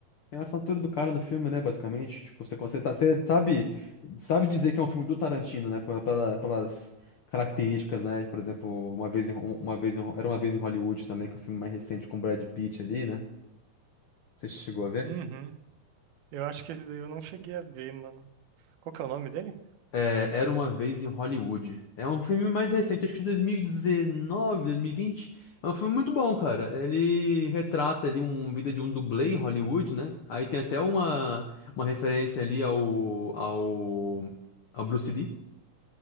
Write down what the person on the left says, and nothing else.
Tem a assinatura do cara no filme, né, basicamente. Tipo, você, você, tá- você sabe, sabe dizer que é um filme do Tarantino, né? pela- pela- Pelas características, né? Por exemplo, uma vez em, Ho- uma vez em Ho- era uma vez em Hollywood também, que é o filme mais recente com o Brad Pitt ali, né? Você chegou a ver?
É, Era uma vez em Hollywood. É um filme mais recente, acho que 2019, 2020. É um filme muito bom, cara. Ele retrata ali um vida de um dublê em Hollywood, né? Aí tem até uma, uma referência ali ao, ao, ao Bruce Lee.